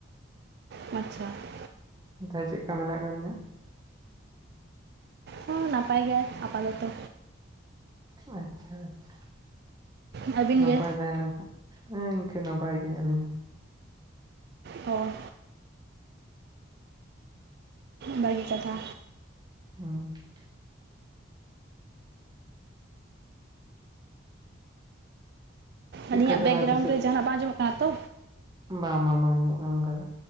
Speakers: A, on the right (about 55°); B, on the right (about 20°).
A: ᱟᱪᱪᱷᱟ
B: ᱛᱟᱦᱞᱮ ᱪᱮᱫᱠᱟ ᱢᱮᱱᱟᱜ ᱟᱠᱟᱫ ᱢᱮᱭᱟ
A: ᱦᱚᱸ ᱱᱟᱯᱟᱭ ᱜᱮᱭᱟ ᱟᱯᱟᱛᱚᱛᱚ
B: ᱟᱪᱪᱷᱟ ᱟᱪᱪᱷᱟ
A: ᱟᱹᱵᱤᱱ
B: ᱱᱟᱯᱟᱭ
A: ᱜᱮ?
B: ᱛᱟᱦᱮᱸ ᱞᱮᱱ ᱠᱷᱟᱱ ᱦᱮᱸ ᱤᱱᱠᱟᱹ ᱱᱟᱯᱟᱭ ᱜᱮ ᱟᱹᱞᱤᱧ ᱦᱚᱸ
A: ᱦᱚᱭ ᱵᱷᱟᱜᱤ ᱠᱟᱛᱷᱟ
B: <inaudible> ᱪᱮᱫᱠᱟ
A: ᱟᱹᱞᱤᱧᱟᱜ
B: ᱛᱟᱦᱚᱞᱮ
A: ᱵᱮᱜᱜᱨᱟᱣᱩᱱᱰ
B: ᱟᱯᱮ ᱥᱮᱫ
A: ᱨᱮ ᱡᱟᱦᱟᱱᱟᱜ ᱵᱟᱝ ᱟᱸᱡᱚᱢᱚᱜ ᱠᱟᱱᱟ ᱛᱚ
B: ᱵᱟᱝ ᱵᱟᱝ ᱵᱟᱝ ᱟᱸᱡᱚᱢᱚᱜ ᱠᱟᱱᱟ ᱚᱱᱠᱟ ᱫᱚ